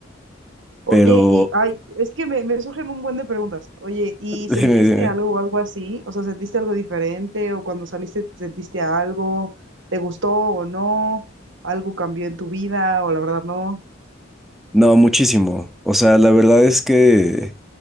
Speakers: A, in the centre; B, on the right (about 70°).
A: pero
B: Oye, y ay, es que me, me surgen un buen de preguntas. Oye, ¿y
A: <laughs>
B: sentiste algo o algo así? O sea, ¿sentiste algo diferente? ¿O cuando saliste sentiste algo? ¿Te gustó o no? ¿Algo cambió en tu vida o la verdad no?
A: No, muchísimo. O sea, la verdad es que...